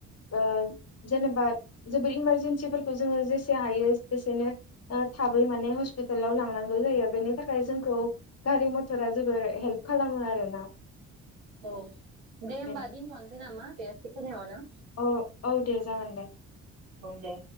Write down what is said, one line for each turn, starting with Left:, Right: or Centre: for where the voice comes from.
Left: ओ जेनेबा जोबोर इमारजेेनसिफोरखौ जोङो जेसे हायो जसेनो थाबै माने हस्पिटालाव लांनांगौ जायो बेनि थाखाय जोंखौ गारि मथरा जोबोर हेल्प खालामो आरोना
Right: औ दे होमबा
Left: बेनो
Right: दिनथ नोसै नामा बे एसे खिनियावनो
Left: औ औ दे जागोन दे
Right: औ दे